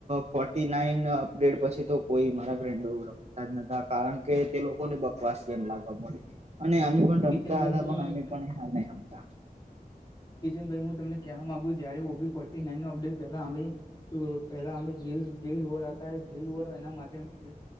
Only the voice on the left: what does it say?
કિશનભાઈ
હું
તમને
કિશન ભાઈ હુ તમને કહેવા માંગુ જય્યારે O B forty nine update પલા અમે તો પેલા અમે ગીલ ગીલ વર હતા ગિલ વર એના માટેમે ગીલ